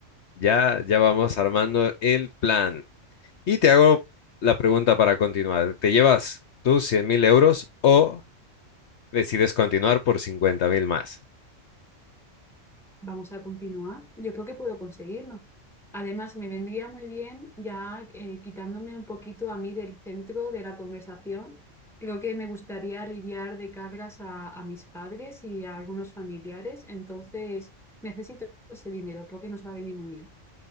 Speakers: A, on the left; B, in the centre.
A: ya, ya vamos armando el plan. Y te hago la pregunta para continuar. ¿Te llevas tus 100 mil euros o decides continuar por 50 mil más?
B: Vamos a continuar. Yo creo que puedo conseguirlo. Además, me vendría muy bien ya eh, quitándome un poquito a mí del centro de la conversación. Creo que me gustaría aliviar de cargas a, a mis padres y a algunos familiares, entonces necesito ese dinero, creo que nos va a venir muy bien.